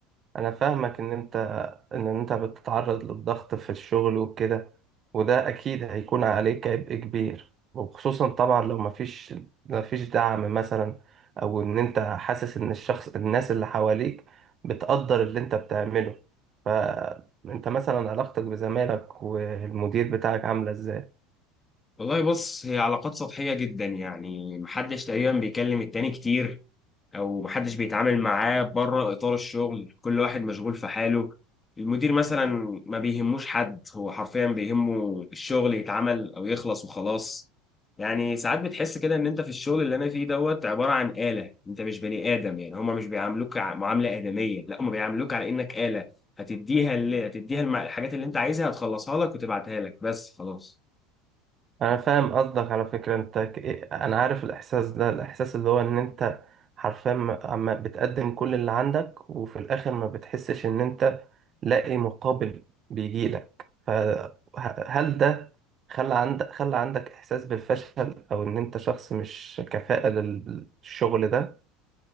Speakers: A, on the right; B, on the left.
A: انا فاهمك ان انت ان انت بتتعرض للضغط في الشغل وكده وده اكيد هيكون عليك عبء كبير وخصوصا طبعا لو مفيش مفيش دعم مثلا او ان انت حاسس ان الشخص الناس اللي حواليك بتقدر اللي انت بتعمله فانت مثلا علاقتك بزمايلك والمدير بتاعك عاملة ازاي
B: والله بص هي علاقات سطحية جدا يعني محدش تقريبا بيكلم التاني كتير او محدش بيتعامل معاه بره اطار الشغل كل واحد مشغول في حاله المدير مثلا ما بيهموش حد هو حرفيا بيهمه الشغل يتعمل او يخلص وخلاص يعني ساعات بتحس كده ان انت في الشغل اللي انا فيه دوت عبارة عن آلة انت مش بني آدم يعني هما مش بيعاملوك ع- معاملة آدمية لا هما بيعاملوك على انك آلة هتديها اللي هتديها الم- الحاجات اللي انت عايزها هتخلصها لك وتبعتها لك بس خلاص
A: انا فاهم قصدك على فكرة انت ك- إيه- انا عارف الاحساس ده الاحساس اللي هو ان انت حرفيا م- عم بتقدم كل اللي عندك وفي الاخر ما بتحسش ان انت لاقي مقابل بيجيلك فهل ده خلى عندك خلى عندك احساس بالفشل او ان انت شخص مش كفاءة للشغل ده